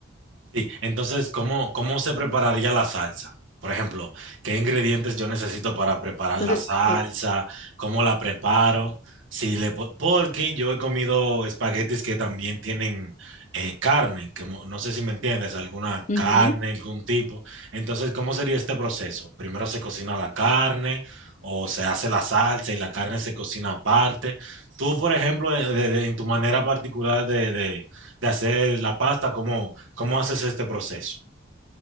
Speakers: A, on the right; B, on the left.
A: Sí, entonces, ¿cómo, cómo se prepararía la salsa? Por ejemplo, ¿qué ingredientes yo necesito para preparar
B: Entonces,
A: la salsa?
B: es.
A: ¿Cómo la preparo? Si le, po- porque yo he comido espaguetis que también tienen eh, carne, que mo- no sé si me entiendes, alguna
B: ujú.
A: carne, algún tipo. Entonces, ¿cómo sería este proceso? Primero se cocina la carne o se hace la salsa y la carne se cocina aparte. Tú, por ejemplo, eh, de- de- en tu manera particular de, de, de hacer la pasta, cómo, cómo haces este proceso.